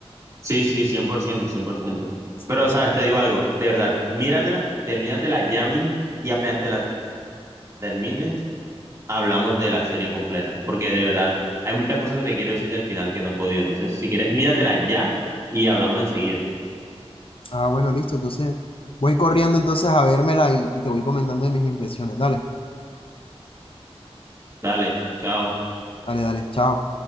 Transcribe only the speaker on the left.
Sí,
entonces-
ah, bueno, listo. Entonces, voy corriendo entonces a vérmela y, y te voy comentando de mis impresiones. Dale,
dale, dale. Chao.